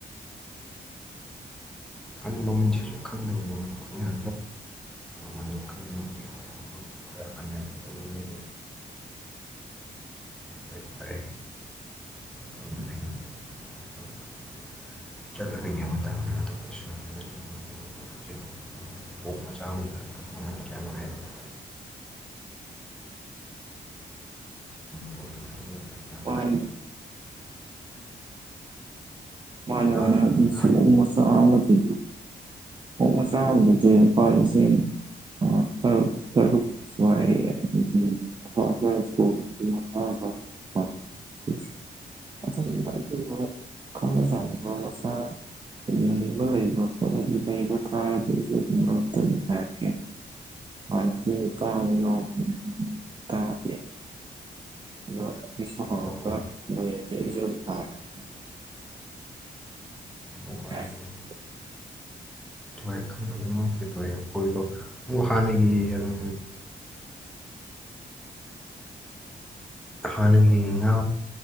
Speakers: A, in the centre; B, on the right.
A: <unintelligible> ꯈꯪꯗꯦ ꯃꯃꯟꯁꯤꯁꯨ ꯈꯪꯗꯕꯅꯤꯅꯀꯣ ꯑꯩꯅ ꯑꯅꯧꯕ <unintelligible> <unintelligible> ꯇꯧꯕꯅꯦ ꯍꯣꯏ ꯐꯔꯦ ꯑꯗꯨꯝ <unintelligible> ꯆꯠꯂꯒ ꯌꯦꯡꯕ ꯇꯥꯕꯅꯤ ꯑꯇꯣꯞꯄꯁꯨ <unintelligible> ꯍꯧꯖꯤꯛ ꯑꯣꯛ ꯃꯆꯥ ꯑꯃꯝꯗ ꯃꯃꯟ ꯀꯌꯥꯅꯣ ꯍꯥꯏꯗ ꯄꯣꯠꯇꯨ ꯈꯪꯕꯗꯤ ꯌꯥꯝ
B: ꯃꯥꯅꯤ
A: ꯂꯥꯏꯅ꯫
B: ꯃꯥꯅꯦ
A: ꯉꯥ
B: ꯃꯥꯅꯦ ꯍꯧꯖꯤꯛꯁꯦ
A: ꯉꯥ
B: ꯑꯣꯛ ꯃꯆꯥ ꯑꯃꯗꯤ ꯑꯣꯛ ꯃꯆꯥ ꯑꯃꯗꯗꯤ ꯂꯨꯄꯥ ꯂꯤꯁꯤꯡ ꯃꯉꯥ ꯇꯔꯨꯛ ꯇꯔꯨꯛ <unintelligible> ꯈꯪꯅ ꯆꯥꯟꯅꯕ ꯃꯁ ꯌꯣꯟꯅꯤꯡꯕ ꯂꯩꯕ ꯈꯣꯠꯂꯗꯤ ꯂꯩꯕ ꯇꯥꯔꯗꯤ ꯑꯩꯁꯨ ꯑꯗꯨꯝ ꯉꯇ ꯍꯥꯏꯔꯛꯀꯦ ꯍꯥꯟꯅꯗꯤ ꯇꯕ ꯌꯥꯎꯕꯅꯦ ꯇꯥꯗꯦ ꯑꯗꯣ ꯑꯩꯁꯨ ꯍꯪꯉꯒ
A: ꯑꯣ
B: ꯂꯩꯔꯗꯤ ꯑꯩꯁꯨ ꯑꯗꯨꯝ ꯍꯥꯏꯔꯛꯀꯦ <inaudible>
A: ꯑꯣ ꯑꯗꯨꯅꯤ <unintelligible> ꯍꯥꯟꯅꯒꯤ ꯎꯝ ꯍꯥꯟꯅꯒꯤ ꯉꯥ